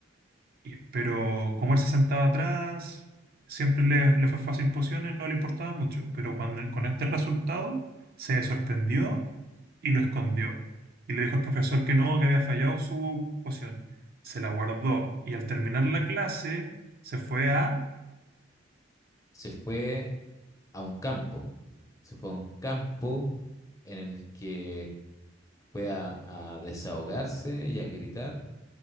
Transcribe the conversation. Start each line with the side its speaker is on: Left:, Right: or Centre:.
Right: Y- Pero
Left: Mm.
Right: como él se sentaba atrás, siempre le, le fue fácil pociones, no le importaba mucho. Pero cuando, con este resultado se sorprendió y lo escondió. Y le dijo al profesor que no, que había fallado su poción. Se la guardó y al terminar la clase se fue a...
Left: Se fue a un campo. Se fue a un campo en el que fue a, a desahogarse y a gritar